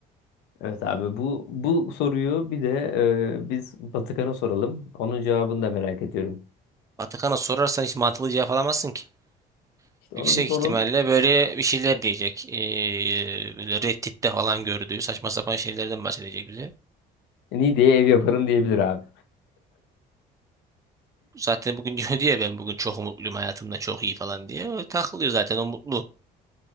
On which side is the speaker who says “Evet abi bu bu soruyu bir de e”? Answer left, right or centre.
Left